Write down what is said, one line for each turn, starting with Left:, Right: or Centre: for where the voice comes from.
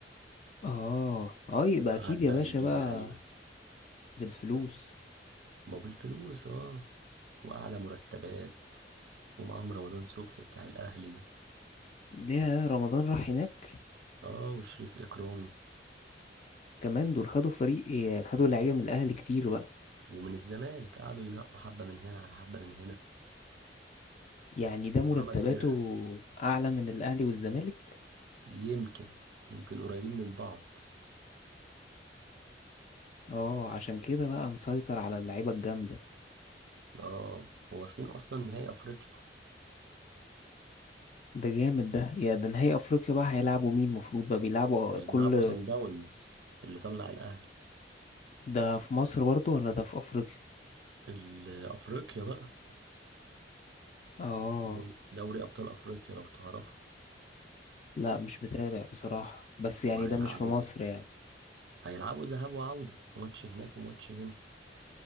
Left: اه اه يبقى
Right: وقعد
Left: اكيد يا
Right: بقى
Left: باشا
Right: يجيب
Left: بقى
Right: لعيبة
Left: بالفلوس
Right: ما بالفلوس اه واعلى مرتبات ومعاهم رمضان صبحي بتاع الاهلي ده
Left: ليه رمضان راح هناك
Right: اه وشريف اكرامي
Left: كمان دول خدوا فريق إيه، خدوا لعيبه من الاهلي كتير بقى
Right: ومن الزمالك قعدوا ينقوا حبه من هنا على حبه من هنا
Left: يعني ده
Right: وعملوا
Left: مرتباته
Right: فرقه
Left: اعلى من الاهلي والزمالك
Right: يمكن يمكن قريبين من بعض
Left: اه عشان كده بقى مسيطر على اللعيبه الجامده
Right: اه وواصلين اصلا نهائي افريقيا
Left: ده جامد ده يا ده نهائي افريقيا بقى هيلعبوا مين مفروض بقى بيلعبوا
Right: هيلعبوا
Left: كل
Right: سان داونز اللي طلع الاهلي
Left: ده في مصر برضو ولا ده في افريقيا
Right: ال- افريقيا بقى
Left: اه
Right: دو- دوري ابطال افريقيا لو تعرفوا
Left: لا مش متابع بصراحه بس يعني
Right: وهيلعبوا
Left: ده مش في مصر يعني
Right: هيلعبوا ذهاب وعوده ماتش هناك وماتش هنا